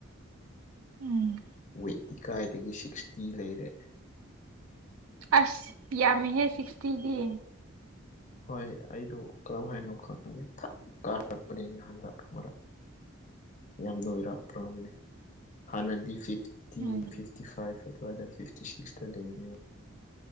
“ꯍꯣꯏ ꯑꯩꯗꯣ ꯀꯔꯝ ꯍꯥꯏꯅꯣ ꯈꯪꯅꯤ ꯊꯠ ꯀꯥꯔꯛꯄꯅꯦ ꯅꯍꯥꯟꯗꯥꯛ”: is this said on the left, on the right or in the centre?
Left